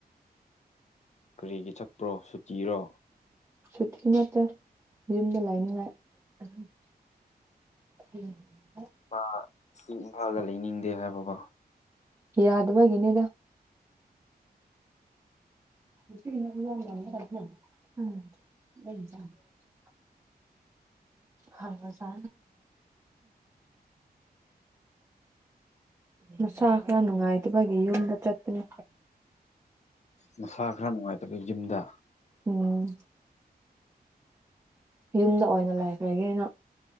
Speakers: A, on the left; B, on the right.
A: ꯀꯔꯤꯒꯤ ꯆꯛꯄ꯭ꯔꯣ ꯁꯨꯇꯤꯔꯣ
B: ꯁꯨꯇꯤ ꯅꯠꯇ ꯌꯨꯝꯗ ꯂꯥꯏꯅꯤꯡꯉꯥꯏ ꯑꯗꯨꯝ ꯊꯝ
A: ꯃꯥ ꯁꯤ ꯏꯝꯐꯥꯜꯗ ꯂꯩꯅꯤꯡꯗꯦ ꯍꯥꯏꯕꯕꯥ
B: ꯌꯥꯗꯕꯒꯤꯅꯤꯗ ꯋꯥ ꯍꯂꯖ ꯃꯁꯥ ꯈꯔ ꯅꯨꯡꯉꯥꯏꯇꯕꯒꯤ ꯌꯨꯝꯗ ꯆꯠꯇꯅꯦ
A: ꯃꯁꯥ ꯈꯔ ꯅꯨꯡꯉꯥꯏꯇꯕ ꯌꯨꯝꯗ
B: ꯎꯝ ꯌꯨꯝꯗ ꯑꯣꯏꯅ ꯂꯩꯈ꯭ꯔꯒꯦꯅ